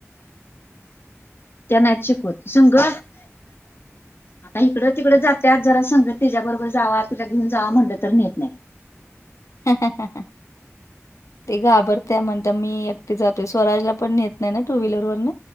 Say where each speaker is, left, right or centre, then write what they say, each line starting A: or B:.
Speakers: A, on the left; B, on the left.
A: त्या नाही शिकवत, संग- आता इकडं- तिकडं जात्या,, जरा संग तिच्या बरोबर जावा, तिला घेऊन जावा म्हटलं तर नेत नाही.
B: हाहाहाहा. <unintelligible> ते घाबरत्या म्हणतात, मी एकटी जातोय, स्वराजला पण नेत नाही ना टू व्हीलरवरन.